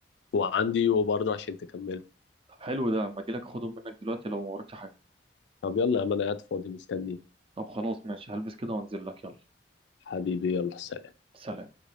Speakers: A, on the left (about 70°); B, on the right (about 30°).
A: وعندي وبرضه عشان تكمله
B: طب حلو ده ما اجيلك اخدهم منك دلوقتي لو ما وراكش حاجه
A: طب يلا يا عم انا قاعد فاضي مستنيك
B: طب خلاص ماشي هلبس كده وانزل لك يلا
A: حبيبي يلا سلام
B: سلام